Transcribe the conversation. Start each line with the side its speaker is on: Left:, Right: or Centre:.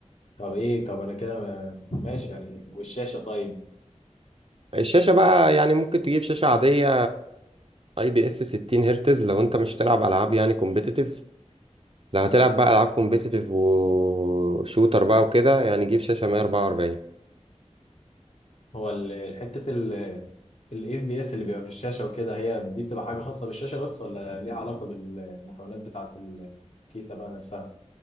Left: طب ايه طب انا كده ماشي يعني والشاشة طيب
Right: الشاشه بقى يعني ممكن تجيب شاشه عاديه اي بي اس 60 هرتز لو انت مش تلعب العاب يعني كومبيتيتيف لو هتلعب بقى العاب كومبيتيتيف وشوتر بقى وكده يعني جيب شاشه 144
Left: هو ال- حتة ال الاف بي اس اللي بيبقى في الشاشة وكده هي دي بتبقى حاجة خاصة بالشاشة بس ولا ليها علاقة بالمكونات بتاعة الكيسة بقى نفسها